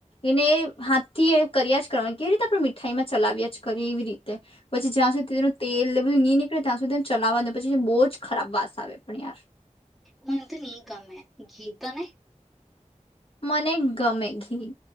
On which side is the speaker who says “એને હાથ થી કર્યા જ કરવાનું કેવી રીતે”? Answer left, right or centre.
Left